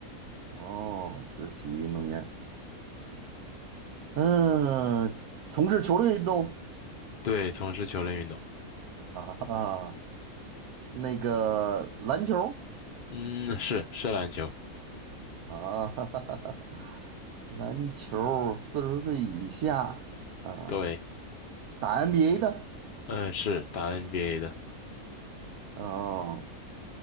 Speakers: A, on the right (about 80°); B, on the left (about 60°).
A: 哦，是体育运动员。嗯、从事球类运动。
B: 对，从事球类运动，
A: 啊哈，那个篮球儿
B: 嗯，是是篮球，
A: 啊，<laughs> 哈哈哈哈，篮球四十岁以下啊，
B: 对，
A: 打 NBA 的
B: 嗯，是打 NBA 的，
A: 啊，